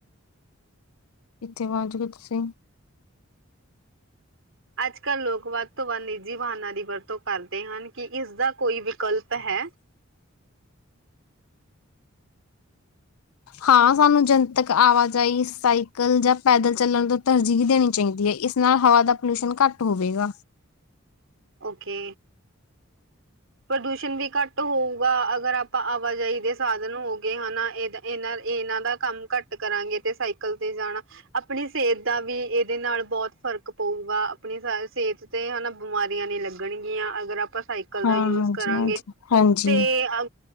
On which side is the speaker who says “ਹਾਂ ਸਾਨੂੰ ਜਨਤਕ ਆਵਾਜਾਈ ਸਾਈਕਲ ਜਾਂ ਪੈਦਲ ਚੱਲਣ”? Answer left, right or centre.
Left